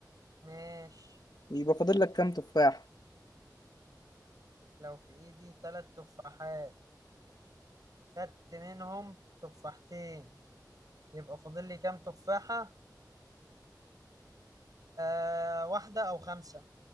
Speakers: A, on the right; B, on the left.
A: ماشي
B: يبقى فاضل لك كام تفاح
A: لو في ايدي تلات تفاحات خدت منهم تفاحتين يبقى فاضل لي كام تفاحة آه واحدة او خمسة